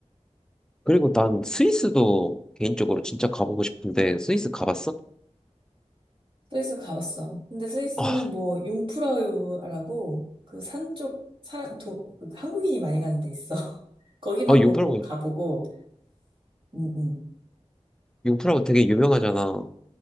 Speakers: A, in the centre; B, on the right.
A: 그리고 난 스위스도 개인적으로 진짜 가보고 싶은데 스위스 가봤어?
B: 스위스 가봤어. 근데 스위스는
A: 아,
B: 뭐, 융프라우라고, 그 산 쪽, 사람, 도, 그 한국인이 많이 가는 데 있어. <laughs> 거기만
A: 아 융프라고
B: 꼭 가보고, 음, 음.
A: 융프라고 되게 유명하잖아. 어,